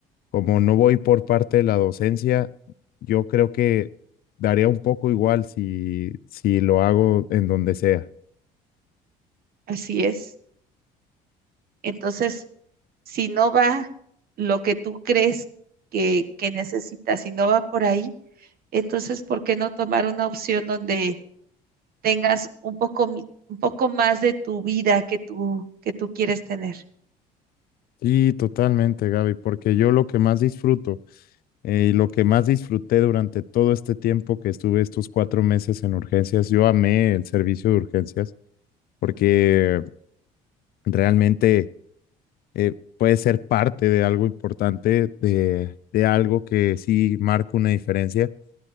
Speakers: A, on the left (about 60°); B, on the right (about 55°).
A: como no voy por parte de la docencia, yo creo que daría un poco igual si, si lo hago en donde sea.
B: Así es. Entonces, si no va lo que tú crees que, que necesitas, si no va por ahí, entonces, ¿por qué no tomar una opción donde tengas un poco, mi- un poco más de tu vida que tú, que tú quieres tener?
A: Sí, totalmente, Gaby, porque yo lo que más disfruto eh, y lo que más disfruté durante todo este tiempo que estuve estos cuatro meses en urgencias, yo amé el servicio de urgencias porque realmente eh, puede ser parte de algo importante, de, de algo que sí marca una diferencia